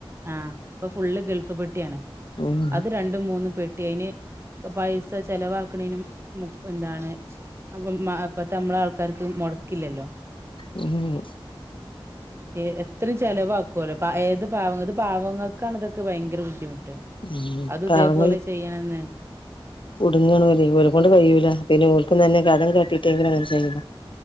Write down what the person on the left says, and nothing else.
ഉം
ഊ ഹു ഹും
ഊ
പാവങ്ങള്
ഉടുഞ്ഞണ പോല ഇവരേ കൊണ്ട് കഴിയൂല പിന്നെ ഓൽക്കും തന്നെ കട് കാട്ടിട്ടെങ്കിലും അങ്ങനെ ചെയ്യണം.